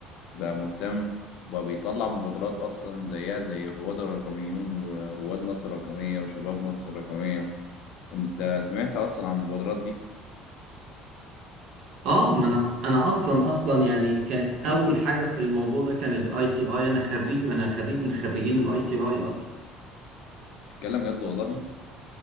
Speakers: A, on the left; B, on the right.
A: بقى مهتم وبقى بيطلع مبادرات أصلا زيها زي الرواد الرقميون ورواد مصر الرقمية وشباب مصر الرقمية أنت سمعت أصلا عن المبادرات دي؟
B: اه ما انا انا اصلا اصلا يعني كانت اول حاجه في الموضوع ده كان الاي تي اي انا خريج انا خريج من خريجين الاي تي اي اصلا
A: تتكلم جد والله